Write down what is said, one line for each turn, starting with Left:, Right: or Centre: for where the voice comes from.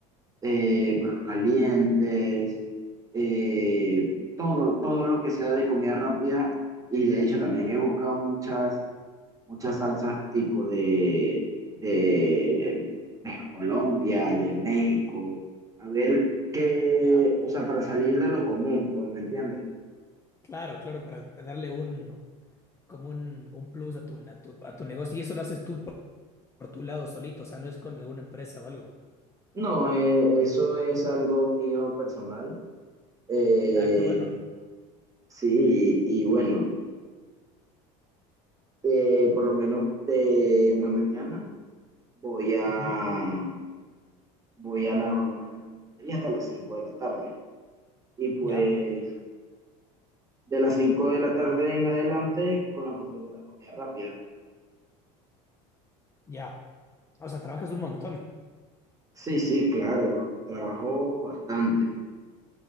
Right: eh, perros calientes, eh, todo, todo lo que sea de comida rápida. Y de hecho también he buscado muchas, muchas salsas tipo de, de, de Colombia, de México, a ver qué,
Left: Ya,
Right: o sea, para salir de lo común, pues, ¿me entiendes?
Left: claro, claro, para darle un, como un, un plus a tu, a tu, a tu negocio. Y eso lo haces tú por por tu lado solito, o sea, no es con alguna empresa o algo.
Right: No, eh, eso es algo mío personal. Eh,
Left: Ah, qué bueno.
Right: sí, y bueno, eh, por lo menos de la mañana voy a,
Left: Ujú.
Right: voy a la broma de la carpintería hasta las 5 de la tarde. Y pues
Left: Ya,
Right: de las 5 de la tarde en adelante con la cuestión de la comida rápida.
Left: ya. O sea, trabajas un montón.
Right: Sí, sí, claro, trabajo bastante.